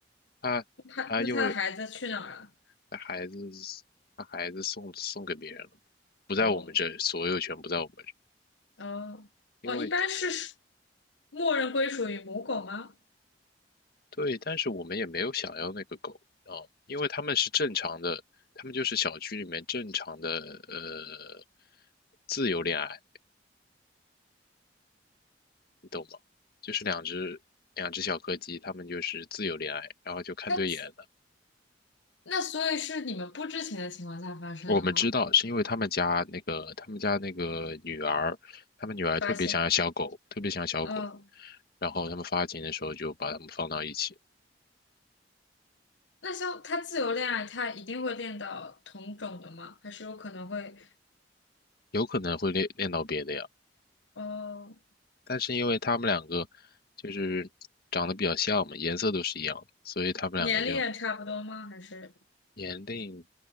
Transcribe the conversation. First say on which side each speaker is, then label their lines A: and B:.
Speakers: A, on the left (about 55°); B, on the left (about 85°).
A: 他他因为
B: 它那它的孩子去哪儿了？
A: 他孩子把孩子送送给别人了，不在我们这，
B: 哦
A: 所有权不在我们这，
B: 哦哦，
A: 因为
B: 一般是默认归属于母狗吗？
A: 对，但是我们也没有想要那个狗啊，因为他们是正常的，他们就是小区里面正常的呃自由恋爱。你懂吗？就是两只两只小柯基，它们就是自由恋爱，然后就看对眼了。
B: 那那所以是你们不知情的情况下发生的吗？
A: 我们知道是因为他们家那个他们家那个女儿，他们女儿特别想要小狗，
B: 发现，
A: 特别想要小狗，
B: 嗯。
A: 然后他们发情的时候就把它们放到一起，
B: 那像他自由恋爱，他一定会恋到同种的吗？还是有可能会，
A: 有可能会恋恋到别的呀。
B: 哦，
A: 但是因为他们两个就是长得比较像嘛，颜色都是一样的所以他们两个就
B: 年龄也差不多吗？还是
A: 年龄